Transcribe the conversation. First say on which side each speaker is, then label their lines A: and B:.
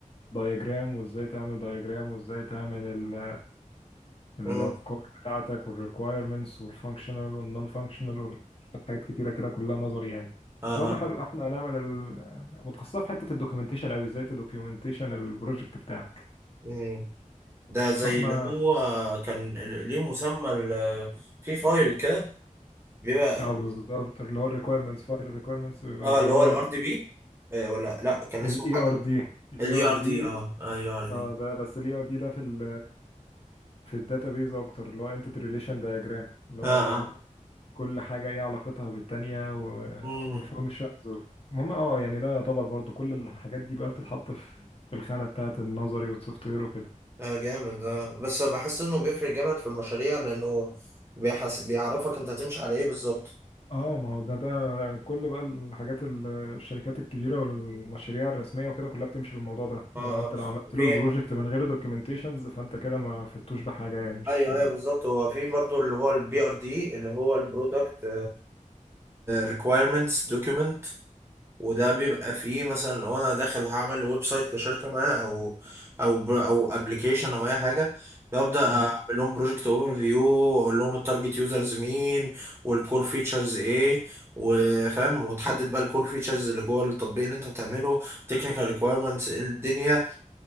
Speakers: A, on the left; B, on the right.
A: دايجرام وازاي تعمل دايجرام وازاي تعمل ال... الافكار
B: اه
A: بتاعتك والريكوايرمنتس والفانكشنال والنون فانكشنال وال... حاجات كتيره كده كلها نظري يعني
B: اه
A: قلنا حلو احنا هنعمل ال... متخصصه في حته الدوكيومنتيشن قوي ازاي تدوكيومنتيشن البروجكت بتاعك
B: اه ده زي
A: فاحنا
B: اللي هو كان ال- ليه مسمى ال- في فايل كده بيبقى
A: اه بالظبط اللي هو الريكويرمنتس فايل الريكويرمنتس بيبقى
B: اه
A: جواه
B: اللي هو الار دي بي ولا لا كان
A: الاي
B: اسمه حاجه
A: ار دي الاي
B: الاي
A: ار
B: ار دي
A: دي
B: اه اي ار دي
A: اه ده بس الاي ار دي ده في ال في الداتابيز اكتر اللي هو انتيتي ريليشن دايجرام اللي
B: اه
A: هو
B: اه
A: كل حاجه ايه علاقتها بالتانيه
B: مم.
A: والفانكشنز المهم اه يعني ده يعتبر برضو كل الحاجات دي بقى بتتحط في في الخانه بتاعه النظري والسوفت وير وكده
B: اه جامد اه بس بحس انه بيفرق جامد في المشاريع لانه بيحس بيعرفك انت هتمشي على ايه بالظبط
A: اه ما هو ده ده كل بقى الحاجات ال- الشركات الكبيره والمشاريع الرسميه وكده كلها بتمشي بالموضوع ده لان
B: اه
A: انت
B: اه
A: لو عملت له
B: في
A: البروجكت من غير دوكيومنتيشنز فانت كده ما فدتوش بحاجه يعني مش
B: ايوه ايوه بالظبط هو في برضو اللي هو البي ار دي اللي هو البرودكت ريكويرمنتس دوكيومنت وده بيبقى فيه مثلا لو انا داخل هعمل ويب سايت لشركه ما او او بر- او ابلكيشن او اي حاجه ببدا
A: اه
B: اعمل لهم بروجكت اوفر فيو اقول لهم التارجت يوزرز مين والكور فيتشرز ايه وفاهم وتحدد بقى الكور فيتشرز اللي جوه التطبيق اللي انت بتعمله تكنيكال ريكويرمنتس ايه الدنيا